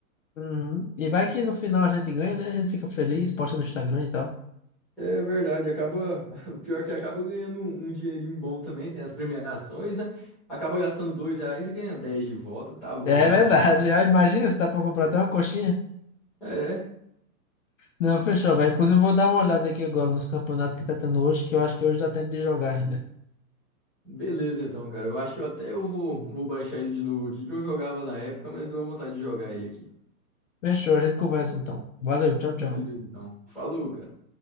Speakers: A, on the left; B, in the centre.
A: Uhum. E vai que no final a gente ganha, né? A gente fica feliz, posta no Instagram e tal.
B: É verdade, acaba. <laughs> O pior é que acaba ganhando um, um dinheirinho bom também, tem as premiações, né? Acaba gastando dois reais e ganha 10 de volta, tá bom
A: É
B: demais.
A: verdade. <laughs> Ó, Imagina se dá pra comprar até uma coxinha.
B: É,
A: Não, fechou, velho. Inclusive, eu vou dar uma olhada aqui agora nos campeonatos que tá tendo hoje, que eu acho que hoje dá tempo de jogar ainda.
B: beleza então, cara. Eu acho que eu até eu vou, vou baixar ele de novo aqui, que eu jogava na época, mas deu uma vontade de jogar ele aqui.
A: Fechou, a gente conversa então. Valeu, tchau, tchau.
B: Beleza, então. Falou, cara.